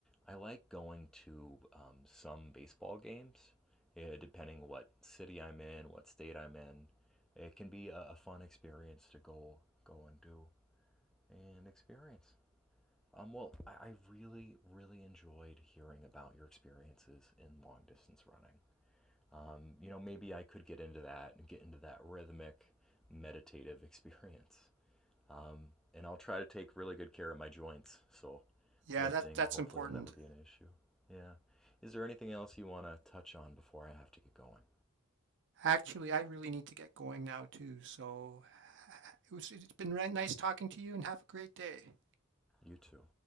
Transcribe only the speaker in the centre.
I like going to um, some baseball games, eh, depending what city I'm in, what state I'm in. It can be a, a fun experience to go go and do and experience. Um, well, I, I really really enjoyed hearing about your experiences in long distance running. Um, you know, maybe I could get into that and get into that rhythmic, meditative <laughs> experience. Um, and I'll try to take really good care of my joints. So
lifting
hopefully
will never be an issue. Yeah. Is there anything else you want to touch on before I have to get going?
You too.